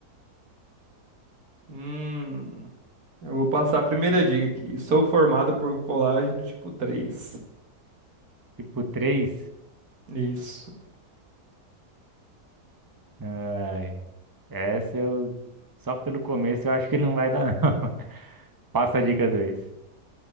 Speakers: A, on the right; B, on the right.
A: hum, eu vou passar a primeira dica aqui. Sou formado por colágeno tipo 3.
B: Tipo três
A: Isso.
B: Ai, essa eu. Só pelo começo eu acho que não vai dar, não. <laughs> Passa a dica dois